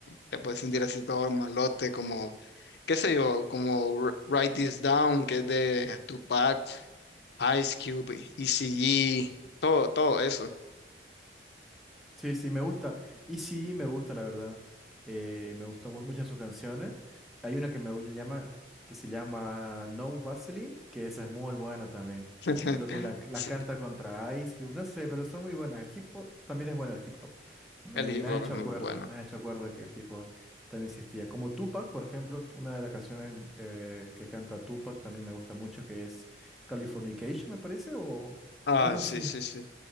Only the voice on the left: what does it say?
te puedes sentir así todo malote, como, qué sé yo, como R- Write This Down, que es de Tupac, Ice Cube, ECE, todo, todo eso.
<laughs>
Sí,
el hip
hop
es muy
bueno.
Ah,
sí, sí, sí.